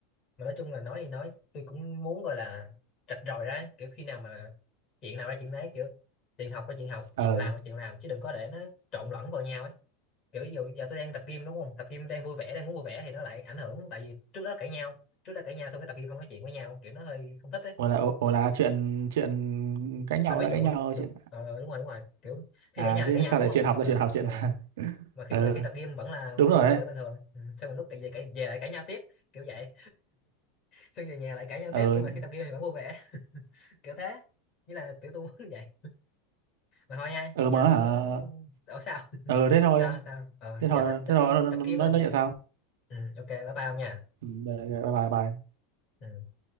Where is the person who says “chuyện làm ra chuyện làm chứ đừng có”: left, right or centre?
Left